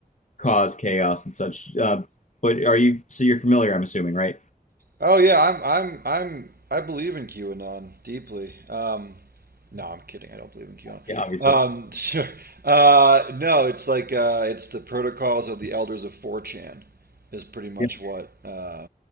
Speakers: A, on the left; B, on the right.
A: cause chaos and such. Uh, but are you so you're familiar? I'm assuming, right?
B: Oh yeah, I'm I'm I'm I believe in QAnon deeply. Um no, I'm kidding. I don't believe in
A: Yeah, obviously.
B: QAnon. Um <laughs> sure. Uh no, it's like uh it's the protocols of the elders of 4chan is pretty much
A: Yeah.
B: what uh